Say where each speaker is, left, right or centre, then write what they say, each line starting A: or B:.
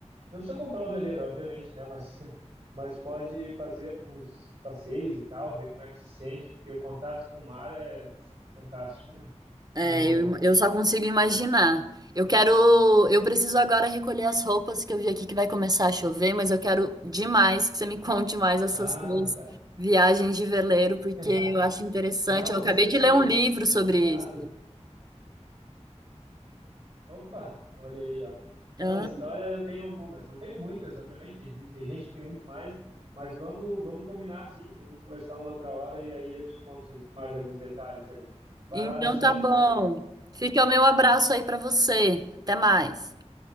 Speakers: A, on the right (about 70°); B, on the right (about 35°).
A: Não precisa comprar um veleiro, obviamente, né? Mas, <laughs> mas pode fazer alguns passeios e tal, ver como é que se sente, porque o contato com o mar é fantástico, né?
B: É,
A: Muito
B: eu,
A: bom.
B: eu só consigo imaginar. Eu quero. Eu preciso agora recolher as roupas que eu vi aqui que vai começar a chover, mas eu quero demais que você me <laughs> conte mais essas
A: Ah,
B: suas
A: tá.
B: viagens de veleiro, porque
A: <laughs>
B: eu acho interessante.
A: Não,
B: Eu
A: com
B: acabei
A: certeza.
B: de ler um livro sobre
A: Claro.
B: isso.
A: Opa, olha aí, ó.
B: Hã?
A: Não, história eu tenho algumas, não tenho muitas, obviamente, tem, gente- tem gente que tem muito mais, mas vamos, vamos combinar assim, vamos conversar uma outra hora e aí eu te conto mais alguns detalhes ali. Vai
B: Então
A: lá antes que
B: tá
A: a chuva
B: bom.
A: chegue.
B: Fica o meu abraço aí pra você. Até mais.